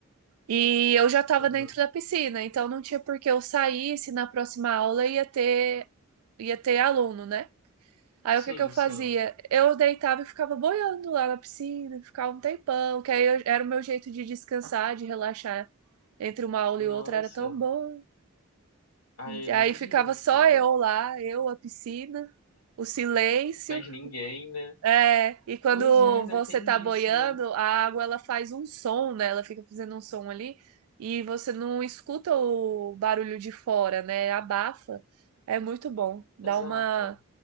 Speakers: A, on the right (about 80°); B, on the left (about 75°).
A: E eu já estava
B: Uhum.
A: dentro da piscina, então não tinha por que eu sair se na próxima aula ia ter, ia ter aluno, né? Aí o
B: Sim,
A: que que eu fazia?
B: sim.
A: Eu deitava e ficava boiando lá na piscina, ficava um tempão, que aí eu- era o meu jeito de descansar, de relaxar entre uma aula e
B: Nossa.
A: outra, era tão bom.
B: Aí
A: E
B: eu
A: Aí
B: imagino,
A: ficava só
B: cara.
A: eu lá, eu, a piscina, o silêncio.
B: Mas ninguém, né?
A: É, e quando
B: Pois é, né?
A: você
B: Tem
A: tá boiando,
B: isso, né?
A: a água ela faz um som, né? Ela fica fazendo um som ali e você não escuta o barulho de fora, né? Abafa. É muito bom. Dá
B: Exato.
A: uma.